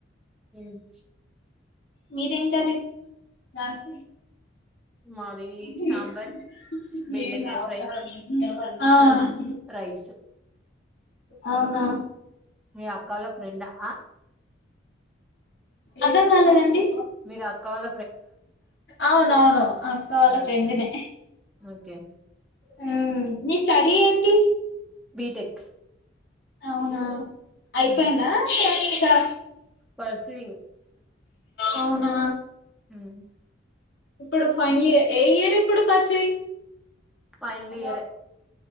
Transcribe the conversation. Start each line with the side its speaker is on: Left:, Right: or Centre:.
Centre: హ్మ్
Left: మీదేం కర్రీ దంత్
Centre: మాది
Left: ఆ
Centre: సాంబార్ బెండకాయ ఫ్రై రైస్
Left: అవునా
Centre: అక్కాలో ఫ్రెంా <unintelligible>
Left: అర్తం కాలేదండి
Centre: మీరాఅకాల
Left: అవునవును అక్క వాళ్ళ ఫ్రెండినే
Centre: ఓకే ఓకే
Left: హ్మ్ మీ స్టడీ ఏంటి
Centre: బీటెక్
Left: అవునా అయిపోయిందా
Centre: ఉమ్
Left: ఇంకా
Centre: పర్సూయింగ్
Left: అవునా
Centre: హు
Left: ఇప్పుడు ఫైనల్ ఇయర్ ఏ ఇయర్ ఇప్పుడు పర్
Centre: ఫైనల్
Left: <unintelligible>
Centre: ఇయర్